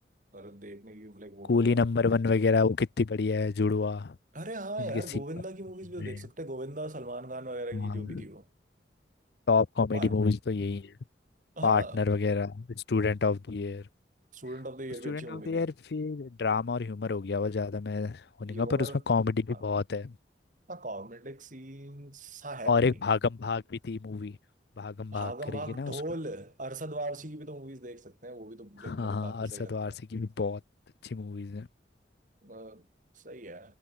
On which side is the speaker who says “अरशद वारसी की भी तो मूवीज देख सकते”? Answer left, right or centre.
Right